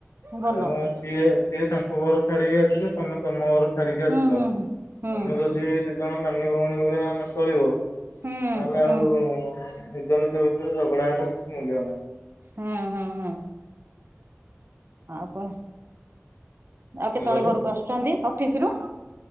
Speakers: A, on the right (about 50°); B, on the left (about 75°).
A: ଭଲ
B: <unintelligible> ସିଏ ସିଏ ତାଙ୍କ ଘର ଛାଡିକି ଆସିଲେ ତମେ ତମ ଘର ଛାଡିକି ଆସିଲ
A: ହୁଁ ହୁଁ
B: ତମେ
A: ହୁଁ ହୁଁ
B: ଯଦି ଦି ଜଣ ନାନୀ ଭଉଣୀ ଭଳିଆ ଚଳିବ ତାହେଲେ
A: ହୁଁ ହୁଁ।
B: ଆଉ ନିଜ ନିଜ ଭିତରେ ଝଗଡା ହେଲେ କିଛି ମୂଲ୍ୟ ନାହିଁ।
A: ହଁ ହଁ ହଁ। ଆଉ କଣ ଆଉ
B: କଣ
A: କେତେବେଳେ
B: କହିଲେ?
A: ଘରକୁ ଆସୁଛନ୍ତି ଅଫିସ ରୁ।